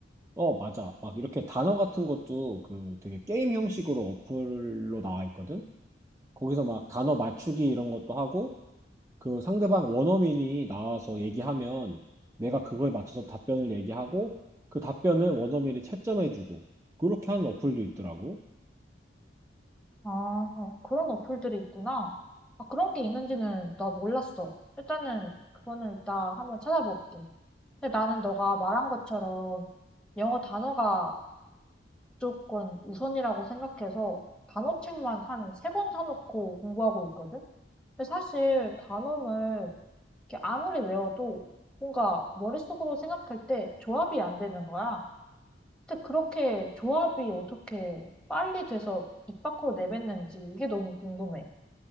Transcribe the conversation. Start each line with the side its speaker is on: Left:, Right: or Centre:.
Right: 어, 맞아. 막 이렇게 단어 같은 것도 그 되게 게임 형식으로 어플로 나와 있거든. 거기서 막 단어 맞추기 이런 것도 하고 그 상대방 원어민이 나와서 얘기하면 내가 그거에 맞춰서 답변을 얘기하고 그 답변을 원어민이 채점해주고 그렇게 하는 어플도 있더라고.
Centre: 아, 그런 어플들이 있구나. 아, 그런 게 있는지는 나 몰랐어. 일단은 그거는 이따 한번 찾아볼게. 근데 나는 너가 말한 것처럼 영어 단어가 무조건 우선이라고 생각해서 단어책만 한 세 권 사놓고 공부하고 있거든? 근데 사실 단어를 이렇게 아무리 외워도 뭔가 머릿속으로 생각할 때 조합이 안 되는 거야. 근데 그렇게 조합이 어떻게 빨리 돼서 입 밖으로 내뱉는지 이게 너무 궁금해.